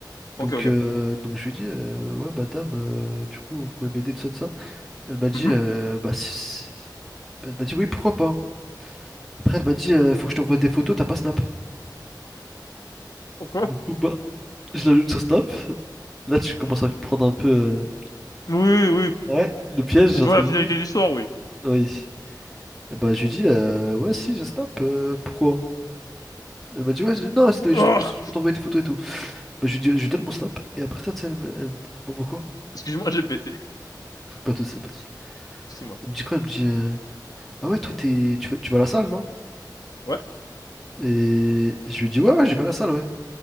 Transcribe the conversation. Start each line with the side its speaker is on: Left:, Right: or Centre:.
Left: Ok,
Centre: Donc,
Left: ok.
Centre: euh, donc je lui ai dit, euh, ouais, madame, euh, du coup, vous pouvez m'aider, tout ça, tout ça. Elle m'a dit,
Left: Mhm.
Centre: euh, bah, si- si- elle m'a dit, oui, pourquoi pas. Après, elle m'a dit, euh, faut que je t'envoie des photos, t'as pas Snap.
Left: Ok.
Centre: Du coup, bah, je l'ajoute sur Snap. Là, tu commences à comprendre un peu, euh,
Left: Oui, oui.
Centre: ouais, le piège,
Left: Je
Centre: entre
Left: vois la
Centre: guillemets.
Left: finalité de l'histoire, oui.
Centre: Oui. bah, je lui dis, euh, ouais, si, j'ai snap, euh, pourquoi? Elle m'a dit, ouais, je- non, c'était
Left: Oh
Centre: juste, juste pour t'envoyer tes photos et tout. Bah, je lui dis, je lui donne mon snap, et après ça, tu sais, elle me- elle m'envoie quoi?
Left: excuse-moi, j'ai pété.
Centre: Pas tout, ça pas tout. ça.
Left: Excuse-moi.
Centre: Elle me dit quoi? Elle me dit, euh, ah ouais, toi, t'es, tu vas, tu vas à la salle, non?
Left: Ouais.
Centre: Et je lui dis, ouais, ouais, je vais à la salle, ouais.